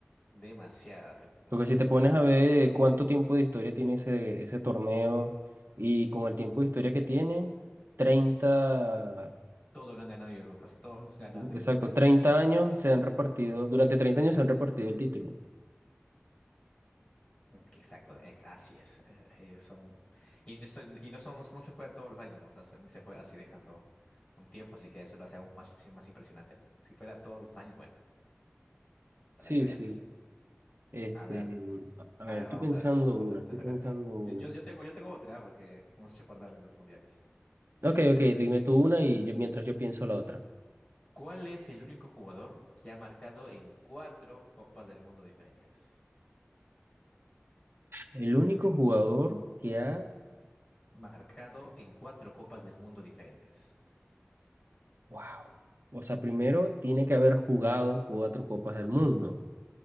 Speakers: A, on the left (about 30°); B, on the right (about 65°).
A: Demasiadas. se-
B: Porque si
A: mm,
B: te pones a ver cuánto tiempo de historia tiene ese, ese torneo y con el tiempo de historia que tiene, 30
A: Todo lo han ganado ellos dos, casi todos lo han <laughs> ganado ellos
B: exacto,
A: dos.
B: 30 años se han repartido, durante 30 años se han repartido el título.
A: Ok, Exacto, eh, así es. eh, ellos son. Y no, son- y no son, no, no se juegan todos los años, ¿no? O sea, también se juega así dejando un tiempo, así que eso lo hace aún más, sí, más impresionante, ¿no? Si fuera todos los años, bueno, para
B: Sí,
A: que veas.
B: sí. Este,
A: A ver,
B: a a
A: a
B: ver,
A: ver,
B: estoy
A: vamos
B: pensando
A: a ver. Tú
B: una,
A: te, te
B: estoy
A: toca
B: pensando
A: a ti.
B: una.
A: Yo, yo, yo tengo, yo tengo otra, porque hemos hecho acordar de los mundiales.
B: Ok, ok, dime tú una y yo mientras yo pienso la otra.
A: ¿Cuál es el único jugador que ha marcado en cuatro Copas del Mundo diferentes?
B: El único jugador que ha,
A: marcado en cuatro copas del mundo diferentes.
B: wow, o sea, primero tiene que haber jugado cuatro copas del mundo,